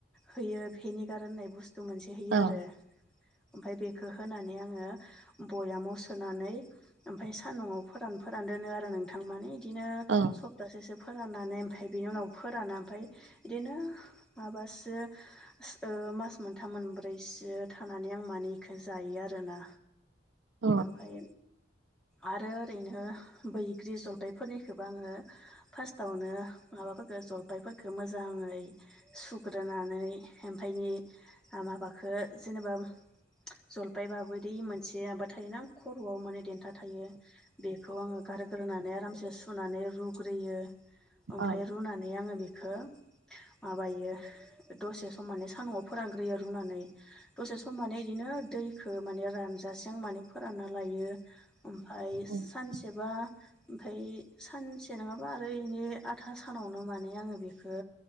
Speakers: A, in the centre; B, on the right.
A: होयो भेनिगार होननाय बुस्थु मोनसे होयो
B: औ
A: आरो ओमफाय बेखो होनानै आङो बयामाव सोनानै ओमफाय सान्दुङाव फोरान फोरान दोनो आरो नोंथां माने इदिनो
B: ओ
A: सप्तासेसो फोराननानै ओमफाय बेनि उनाव फोराना ओमफाय इदिनो माबासो ओ मास मोनथाम मोनब्रैसो थानानै आं माने इखो जायो आरोना
B: औ
A: ओमफाय आरो ओरैनो बैग्रि जलपायफोरनिखौबो आङो फार्स्टआवनो माबाफोरखो जलपायफोरखो मोजाङै सुग्रोनानै ओमफायनि माबाखो जेनेबा जलपायबाबो दि से माबा थायोना खर'आव माने देन्था थायो बेखौ आङो गारो ग्रोनानै आरामसे सुनानै रुग्रोयो ओमफाय
B: औ
A: रुनानै आङो बेखो माबायो दसे सम माने सान्दुङाव फोरानग्रोयो रुनानै दसे सम माने इदिनो दैखो माने रान जासिम माने फोरानना लायो ओमफाय
B: औ
A: सानसेबा ओमफाय सानसे नङाबा आरो इनि आधा सानावनो माने आङो बेखो